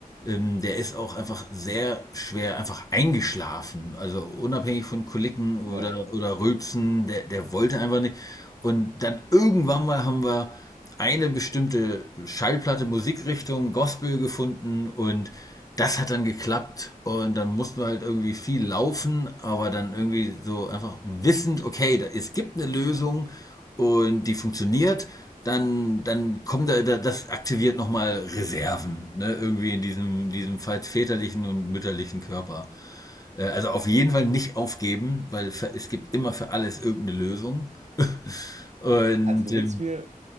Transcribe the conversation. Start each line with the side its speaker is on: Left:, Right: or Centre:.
Left: ähm, der ist auch einfach sehr schwer einfach eingeschlafen, also unabhängig von Koliken oder,
Right: Boah, ja.
Left: oder Rülpsen, der, der wollte einfach nicht. Und dann irgendwann mal haben wir eine bestimmte Schallplatte, Musikrichtung, Gospel gefunden und das hat dann geklappt und dann mussten wir halt irgendwie viel laufen, aber dann irgendwie so einfach wissend, okay, es gibt eine Lösung und die funktioniert, dann, dann kommt da, das aktiviert nochmal Reserven, ne? irgendwie in diesem, diesem falls väterlichen und mütterlichen Körper. Äh, Also auf jeden Fall nicht aufgeben, weil es gibt immer für alles irgendeine Lösung. <laughs> und
Right: Also du
Left: ähm,
Right: willst mir